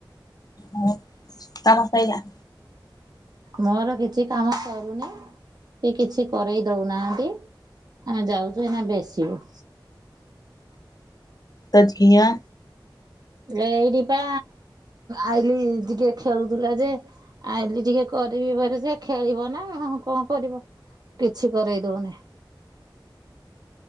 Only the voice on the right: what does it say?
ମୋର କିଛି କାମ ସରୁନି। କିଛିବି କରେଇ ଦେଉନାହାନ୍ତି ଆମେ ଯାଉଚୁ ବଶିବୁ।
ହେ ଏଇଠିପ ଆଇଲିି ଟିକେ ଖେଳୁଥିଲା ଯେ ଆଜି ଟିକେ କରିବି ବୋଲି ସେ ଖେଳିବ ନା କଣ କରିବ? କିଛି କରେଇ ଦଉନି।